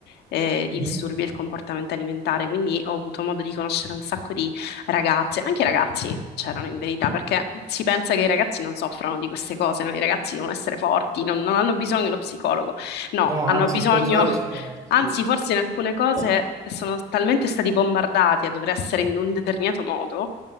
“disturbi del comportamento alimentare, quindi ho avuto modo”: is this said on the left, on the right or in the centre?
Left